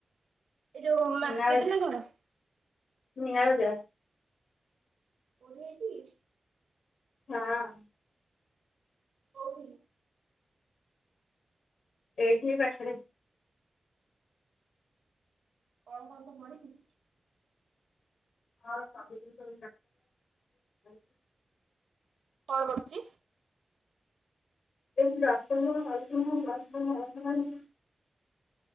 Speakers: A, on the right; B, on the left.
A: ଏଇ ଯୋଉ ମାର୍କେଟ
B: ମୀନା
A: ନା କଣ?
B: ମୀନା ବଜାର।
A: କୋଉଠି ହେଇଚି?
B: ହଁ।
A: କୋଉଠି?
B: ଏଇଠି ପାଖେରେ।
A: କଣ କଣ ସବୁ ପଡିଚି?
B: ହଁ ସବୁଦିନ <unintelligible>
A: କଣ କରୁଚି?
B: <unintelligible>